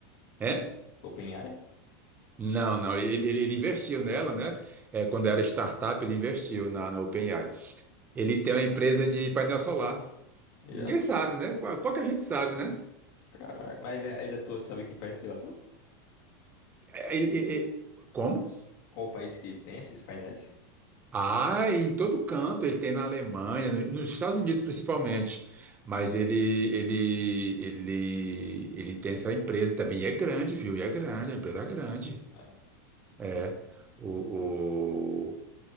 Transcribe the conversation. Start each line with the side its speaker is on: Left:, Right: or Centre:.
Right: É. É?
Left: OpenAI?
Right: Não, não, ele, ele- ele investiu nela, né? É, quando era startup, ele investiu na, na OpenAI. Ele tem uma empresa de painel solar.
Left: Yeah,
Right: Ninguém sabe, né? Pou- Pouca gente sabe, né?
Left: caralho. Mas ele, é, ele é atua, sabe que país que ele atua?
Right: É, ele- ele- ele- como?
Left: Qual o país que ele tem esses painéis?
Right: Ah, em todo canto, ele tem na Alemanha, no- nos Estados Unidos principalmente. Mas ele, ele, ele, ele tem essa empresa também. E é grande, viu? E é grande, a empresa é grande.
Left: Ah,
Right: É. O,